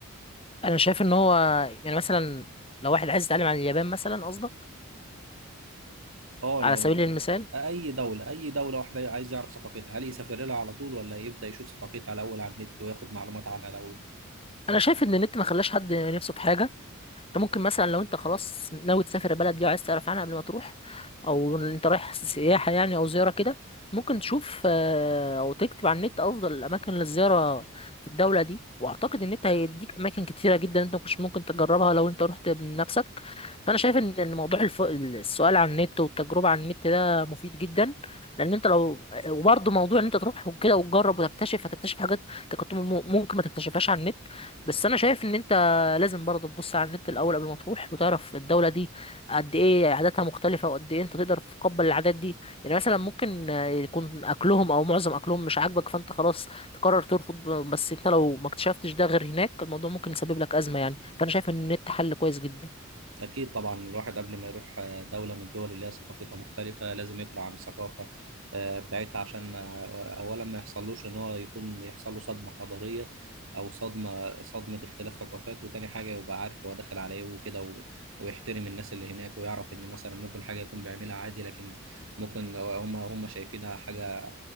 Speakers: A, on the left (about 25°); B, on the right (about 65°).
A: انا شايف ان هو يعني مثلا لو واحد عايز يتعلم عن اليابان مثلا قصدك
B: اه
A: على
B: لو
A: سبيل المثال
B: أي دولة أي دولة واحدة عايز يعرف ثقافتها هل يسافر لها على طول ولا يبدأ يشوف ثقافتها الأول على النت وياخد معلومات عنها الأول؟
A: انا شايف ان النت ما خلاش حد نفسه في حاجة انت ممكن مثلا لو انت خلاص ناوي تسافر البلد دي وعايز تعرف عنها قبل ما تروح او انت رايح سياحة يعني او زيارة كده ممكن تشوف آه، او تكتب على النت افضل الاماكن للزيارة في الدولة دي واعتقد ان انت هيديك اماكن كتيرة جدا انت مش ممكن تجربها لو انت رحت بنفسك فانا شايف ان إن موضوع الف... السؤال عن النت والتجربة عن النت ده مفيد جدا لان انت لو وبرضه موضوع ان انت تروح وكده وتجرب وتكتشف هتكتشف حاجات انت كنت م- ممكن ما تكتشفهاش على النت بس انا شايف ان انت لازم برضه تبص على النت الاول قبل ما تروح وتعرف الدوله دي قد ايه عاداتها مختلفه وقد ايه انت تقدر تتقبل العادات دي يعني مثلا ممكن آه، يكون اكلهم او معظم اكلهم مش عاجبك فانت خلاص تقرر ترفض بس انت لو ما اكتشفتش ده غير هناك الموضوع ممكن يسبب لك ازمه يعني فانا شايف ان النت حل كويس جدا
B: أكيد طبعا الواحد قبل ما يروح آه، دولة من الدول اللي هي ثقافتها مختلفة لازم يقرأ عن الثقافة آه، بتاعتها عشان ما أولا ما يحصلوش إن هو يكون يحصل له صدمة حضارية أو صدمة صدمة اختلاف ثقافات وتاني حاجة يبقى عارف هو داخل على إيه وكده و- ويحترم الناس اللي هناك ويعرف إن مثلا ممكن حاجة يكون بيعملها عادي لكن ممكن آه، هم هم شايفينها حاجة